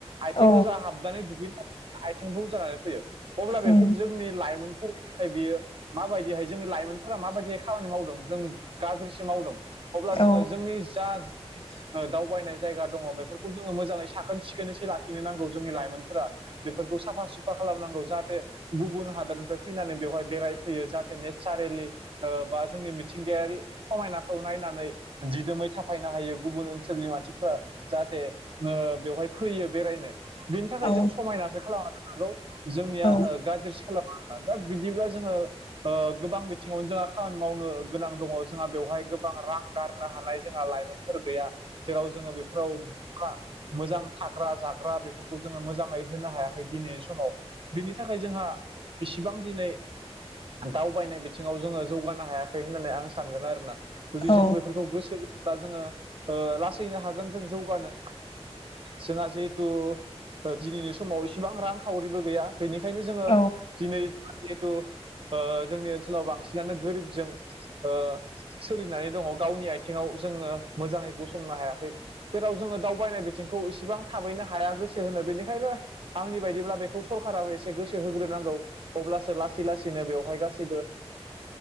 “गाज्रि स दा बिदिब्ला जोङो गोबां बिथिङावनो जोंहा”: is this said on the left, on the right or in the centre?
Right